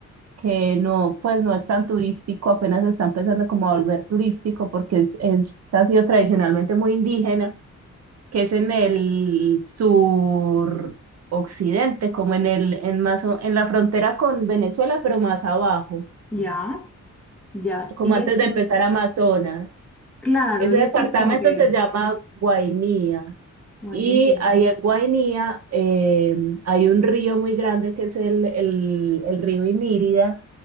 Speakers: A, on the right; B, in the centre.
A: que no, pues no es tan turístico, apenas se está empezando como a volver turístico porque es, es- ha sido tradicionalmente muy indígena, que es en el sur occidente, como en el, en más, o- en la frontera con Venezuela, pero más abajo,
B: Ya, ya.
A: como
B: Y
A: antes
B: eso
A: de empezar
B: es,
A: Amazonas.
B: claro,
A: Ese
B: y
A: departamento
B: eso es como que,
A: se llama Guainía.
B: guainí.
A: Y ahí en Guainía eh, hay un río muy grande que es el, el, el río Inírida